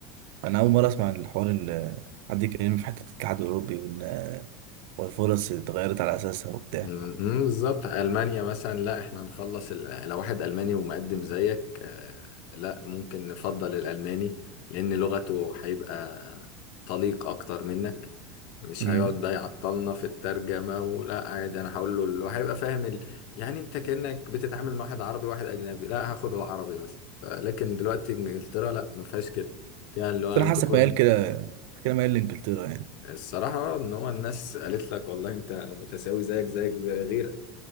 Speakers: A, on the right; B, on the left.
A: انا اول مره اسمع الحوار اللي حد يتكلم في حته الاتحاد الاوروبي وان والفرص اتغيرت على اساسها وبتاع
B: امم بالظبط ألمانيا مثلا لا احنا نخلص ال- لو واحد ألماني ومقدم زيك آه، لا ممكن نفضل الألماني لأن لغته هيبقى طليق أكتر منك مش
A: امم
B: هيقعد بقى يعطلنا في الترجمة ولا عادي أنا هقول له اللي هيبقى فاهم ال... يعني أنت كأنك بتتعامل مع واحد عربي وواحد أجنبي لا هاخد العربي مثلا ف- لكن دلوقتي إنجلترا لا ما فيهاش كده فيها اللي هو
A: بس انا
B: أنتوا
A: حاسك
B: كل
A: ميال كده أنت كده ميال لانجلترا يعني
B: الصراحة آه، إن هو الناس قالت لك والله أنت متساوي زيك زيك غيرك